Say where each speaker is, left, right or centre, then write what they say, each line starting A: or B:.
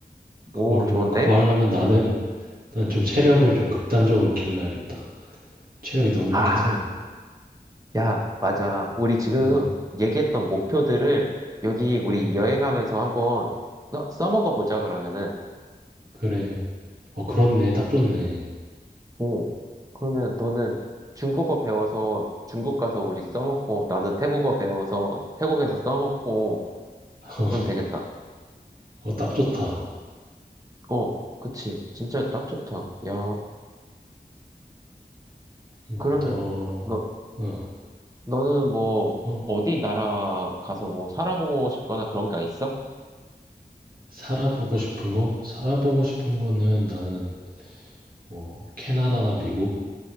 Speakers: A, on the right; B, on the right.
A: 오,
B: 그러면
A: 좋은데?
B: 그거 하려면 나는 난 좀 체력을 좀 극단적으로 길러야겠다. 체력이 너무
A: 아,
B: 약해서.
A: 야, 맞아. 우리 지금
B: 어.
A: 얘기했던 목표들을 여기 우리
B: 어.
A: 여행하면서 한번 써, 써먹어 보자, 그러면은.
B: 그래. 어 그렇네. 딱 좋네.
A: 오, 그러면 너는 중국어 배워서 중국 가서 우리 써먹고, 나는 태국어 배워서 태국에서 써먹고,
B: <laughs>
A: 그럼 되겠다.
B: 어 딱 좋다.
A: 어, 그치. 진짜 딱 좋다. 야,
B: 그리고
A: 그러면,
B: 또,
A: 너,
B: 어,
A: 너는 뭐,
B: 어,
A: 어디 나라 가서 뭐, 살아보고 싶거나 그런 게 있어?
B: 살아보고 싶은 거? 살아보고 싶은 거는 나는 뭐 캐나다나 미국